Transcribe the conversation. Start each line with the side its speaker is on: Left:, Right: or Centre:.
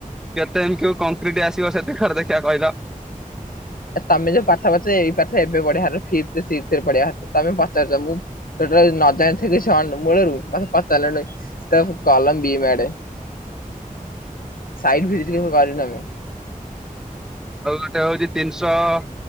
Centre: କେତେ ଏମ୍ କ୍ୟୁ କଂକ୍ରିଟ ଆସିବ ସେତି କର ଦେଖିବା କହିଲ।
Left: ଏ ତମେ ଯୋଉ ପାଠ ପଚା ଏଇ ପାଠ ଏବେ ପଢ଼ିବାର ଫିପ୍ଥ ସିକ୍ସଥ ପଢିଆ କଥା। ତମେ ପଚାରୁଛ ମୁଁ ଯୋଉଟା ନଜାଣି ଥିବି ସେ ମୂଳରୁ ମତେ ପଚାରିଲଣି କଲମ ବି ମେଡ୍ ସାଇଟ ଭିଜିିଟ୍ କେବେ କରିନୁ ଆମେ।
Centre: ଆଉ ଗୋଟେ ହଉଛି ତିନିଶହ